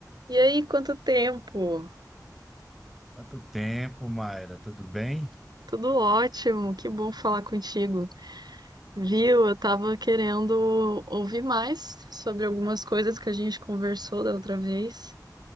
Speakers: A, on the right; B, in the centre.
A: E aí, quanto tempo?
B: Quanto tempo, Mayra? Tudo bem?
A: Tudo ótimo, que bom falar contigo. Viu? Eu tava querendo ouvir mais sobre algumas coisas que a gente conversou da outra vez.